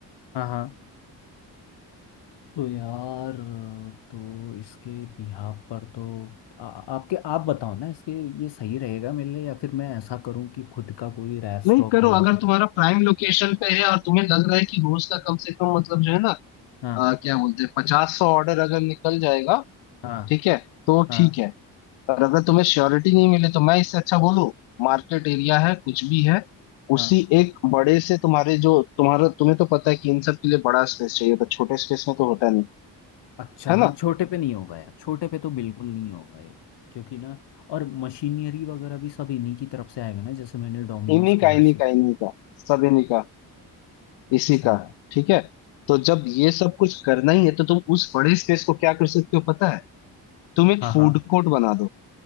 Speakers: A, on the left; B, on the left.
A: हाँ हाँ तो यार तो इसके बिहाव पर तो आ, आपके आप बताओ ना इसके ये सही रहेगा मेरे लिए या फिर मैं ऐसा करूं कि खुद का कोई रेस्टोरेंट
B: नहीं करो
A: खोल
B: अगर
A: के
B: तुम्हारा प्राइम लोकेशन पे है और तुम्हें लग रहा है कि रोज का कम से कम मतलब जो है ना
A: हाँ
B: अ, क्या बोलते हैं पचास सौ ऑर्डर अगर निकल जाएगा
A: हाँ
B: ठीक है तो
A: हाँ
B: ठीक है और अगर तुम्हें श्योरिटी नहीं मिले तो मैं इससे अच्छा बोलूं मार्केट एरिया है कुछ भी है
A: हाँ
B: उसी एक बड़े से तुम्हारे जो तुम्हारा तुम्हें तो पता है कि इन सब के लिए बड़ा स्पेस चाहिए तो छोटे स्पेस में तो होता नहीं
A: अच्छा
B: है
A: हाँ
B: ना
A: छोटे पे नहीं होगा यार छोटे पे तो बिल्कुल नहीं होगा ये क्योंकि ना और मशीनरी वगैरह भी सब इन्हीं की तरफ से आएगा ना जैसे मैंने डोमिनोज
B: इन्हीं
A: केएफसी
B: का इन्हीं का इन्हीं का सब इन्हीं का इसी
A: अच्छा
B: का ठीक है तो जब ये सब कुछ करना ही है तो तुम उस बड़े स्पेस को क्या कर सकते हो पता है तुम एक
A: हाँ
B: फूड
A: हाँ
B: कोर्ट बना दो